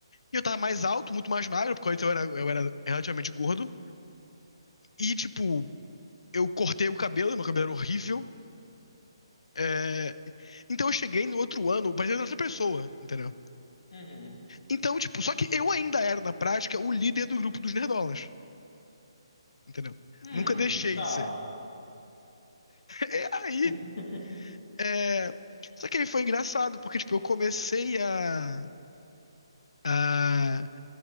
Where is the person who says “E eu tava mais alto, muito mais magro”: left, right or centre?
Left